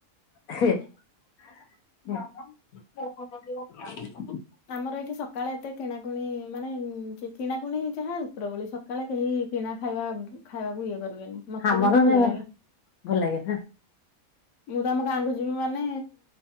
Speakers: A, on the left (about 85°); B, on the left (about 60°).
A: ହେ <unintelligible>
B: ଆମର ଏଠି ସକାଳେ ଏତେ କିଣାକୁ, ଣି ମାନେ କିଣାକୁଣି ଯାହା ଉପରଓଳି କାଳେ କେହି କିଣା ଖାଇବା ଖାଇବାକୁ ଇଏ କରିବେନି, ମତେ
A: ଆମର
B: କିନ୍ତୁ ଭଲ ଲାଗେ।
A: ଭଲ ଲାଗେ ନା
B: ମୁଁ ତ ଆମ ଗାଁକୁ ଯିବି ମାନେ,